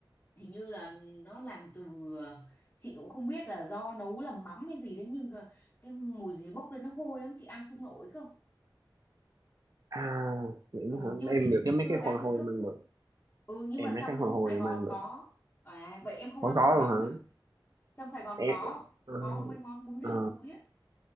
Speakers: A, on the left (about 25°); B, on the right (about 45°).
A: hình như là nó làm từ ờ, chị cũng không biết là do nấu là mắm hay gì đấy nhưng cái, cái mùi gì bốc lên nó hôi lắm chị ăn không nổi cơ
B: à vậy
A: ừ
B: nữa hả
A: nhưng mà
B: em
A: chị
B: được
A: chị
B: cái mấy
A: chưa
B: cái
A: dám
B: hồi
A: thưởng
B: hồi
A: thức
B: mang được
A: ừ nhưng
B: em
A: mà
B: mấy
A: trong
B: cái hồi hồi
A: Sài Gòn
B: mang
A: có
B: được
A: à vậy em không
B: có
A: ăn
B: có
A: được mắm
B: luôn hả
A: à trong Sài Gòn
B: em
A: có
B: ờ,
A: có mấy món bún riêu
B: ờ,
A: thúi ấy